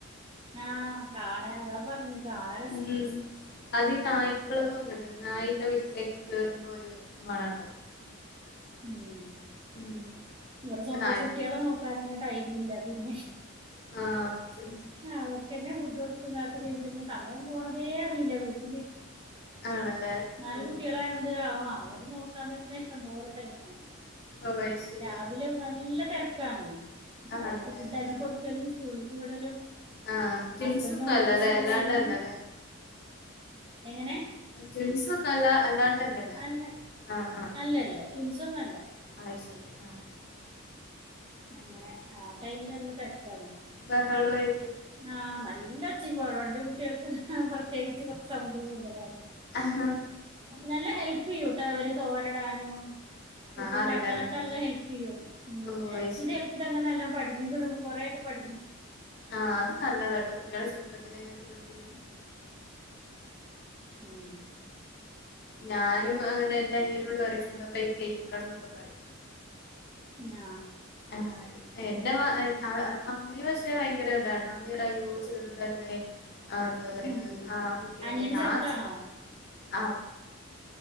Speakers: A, on the right (about 25°); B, on the left (about 45°).
A: ആഹ് കാണ അതാ പറഞ് കാണാ രസ
B: ഉം അത് ഇഹ് നായ്ക്കളതും അങ്ങൻതന്നെ നായിള്ള വീട്ടിലേക്കും കേറുമ്പോ ഒരു മണണ്ടാവും
A: ഉം.
B: ഉം.
A: ഇവടെ
B: പക്ഷെ
A: സ്വന്തം
B: നായ്ക്ക്
A: കുട്ട്യോളെ നോക്കാനന്നെ ടൈമില്ല പിന്നെ
B: ആ അത്
A: ആവർ ക്കെന്നെ ഫുഡ് കൊടുക്കതാക്ക പിന്നെ സമയം പോണതേ അറിയില്ല വീട്ടില്
B: ആണല്ലേ
A: നാല്
B: ഓ
A: കുട്ടളായോണ്ട്
B: ഓ
A: ആഹ് അവരെ നോക്കാ തന്നെ ഇഷ്ടം പോല ടൈമാണം
B: അത് ശരി
A: രാവിലെ നല്ല തെരക്കാണ്.
B: ആണല്ലേ
A: അവർക് ഫുഡാക്കി
B: ആ
A: കൊടുക്കലും സ്കൂളിക്ക് വിടലും.
B: ആ ട്വിൻസ്
A: ഹസ്ബൻ്റ്ന്
B: ഒന്നും
A: ഓഫീസിക്ക്
B: അല്ല അല്ലേ അല്ലാണ്ട്
A: പോവലും.
B: തന്നെ അല്ലേ
A: എങ്ങനെ?
B: ട്വിൻസൊന്നും അല്ല അല്ലാണ്ടന്നെല്ലേ
A: അല്ല
B: ആഹ് ആഹ്
A: അല്ലല്ല
B: ആഹ് ആഹ്.
A: ട്വിൻസൊന്നും അല്ല
B: ആയ് ശരി ആഹ്.
A: അങ്ങനെ ആഹ് ടൈമിലല്ല തെര്ക്കാണ്.
B: ബഹളോയി.
A: ആഹ് നല്ല ഒച്ചിം ബഹള ഇന്റെ കുട്ടിയാൾക്ക് പ്ര ത്യേയിച്ച് കൊർച്ച് സൗണ്ട് കൂടുതലാണ്
B: ആഹ്
A: നല്ല ഹെൽപ് പിയ്യൂട്ടവര് തോരടാനും. ഫുഡ്ണ്ടാക്കാനൊക്കെ
B: ആറിടാനൊക്കെല്ലേ
A: അല്ലം ഹെൽപ്യ്യും ഉം
B: ഓ
A: ഹെൽപ്ത്
B: അത് ശരി
A: ഹെ ഇട്ട അങ്ങനെല്ലം പടിഞ്ക്ക്ണ് കൊറേ ഒക്കെ പഠിഞ്ഞു.
B: ആഹ് അത് നല്ലതാട്ടോ കുട്ടിയാളെ ചെറുപ്പത്തിലെങ്ങനൊക്കെ പഠിപ്പിക്കുന്ന
A: ഉം.
B: ഞാനും അങ്ങനെ എന്റെ അനിയനോട് പറയും സ്വന്തം പ്ലേറ്റ് കെയ്കിയെക്കണംന്നൊക്കെ പറിം.
A: ഞാ
B: ആഹ് എന്റെ മ മമ്മി പക്ഷേ ഭയങ്കര ഇതാണ് മമ്മി പറ അയ്യോ ചെറ്തല്ലേ. ആഹ് എന്താ പറയാ
A: ഉം
B: ആൺകുട്ടിയല്ലെ
A: അനിയന്
B: ഞാചെ
A: ചെറുതാണോ
B: <unintelligible>